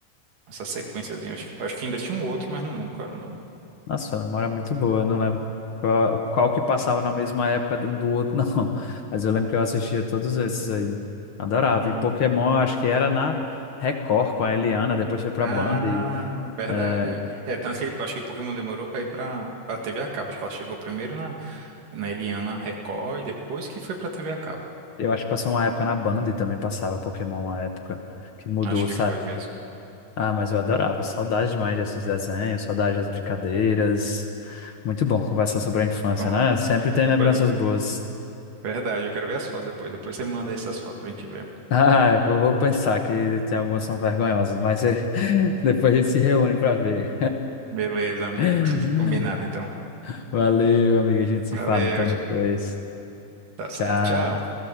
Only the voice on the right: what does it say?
Essa sequenciazinha. Acho, que- acho que ainda tinha um outro, mas não lembro qual era o nome.
Uhum.
Ah,
verdade.
É, É, tanto que ele, acho que Pokémon demorou pra ir pra, pra TV a cabo. Acho que ela chegou primeiro na, na Eliana Record e depois que foi pra TV a cabo.
Acho que
foi mesmo.
Uhum.
Pronto.
Pois é.
Verdade, eu quero ver as fotos depois. Depois você manda essas fotos pra gente ver.
Beleza, amigo.
<laughs> Combinado, então.
Valeu,
tchau.
tá certo.
Tchau.